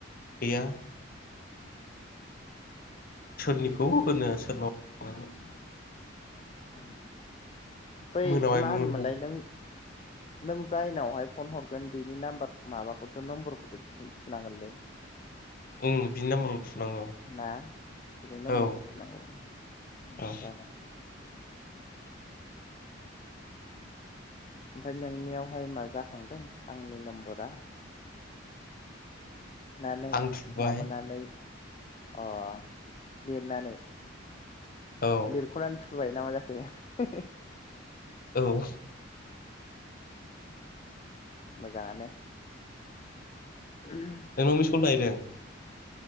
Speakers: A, on the left; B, on the left.
A: गैया। सोरनिखौ होनोस सोरमाव खानांगौन
B: औ बै
A: मोनाबायबोमोन
B: मा होनोमोनलाय नों? नों जायनावहाय फन हरगोन बेनि नाम्बार माबाखौथ' नम्बरखौथ' थि थुनांगोनलै।
A: ओं बिनि नाम्बारखौ थुनांगौ
B: ना थबे नम्बरखौ
A: औ
B: थुनांगौ होमबासो
A: औ
B: जागोन। ओमफ्राय नोंनियावहाय मा जाखांदों आंनि नम्बरा? नानै
A: आं थुबाय
B: माबानानै अ लिरनानै
A: औ
B: लिरख'नानै थुबाय ना माजाखो?
A: औ
B: मोजाङानो। मा
A: नोंनाव मिसकल थाहैदों?